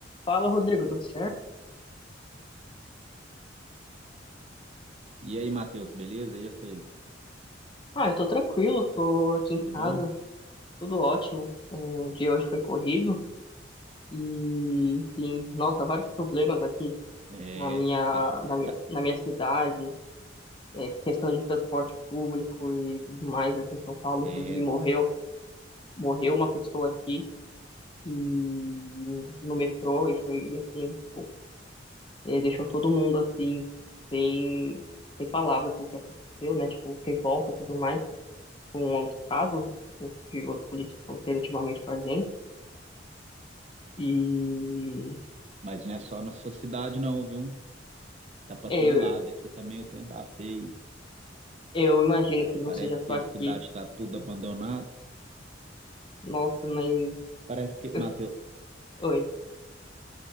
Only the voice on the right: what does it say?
E aí, Matheus, beleza? E você?
Tudo
bom?
É,
tá,
tá-
é,
mas não é só na sua cidade não, viu? Tá pra
todo lado aqui também, o trem tá feio.
Parece
que
a cidade tá tudo abandonada.
Parece que,
Matheus,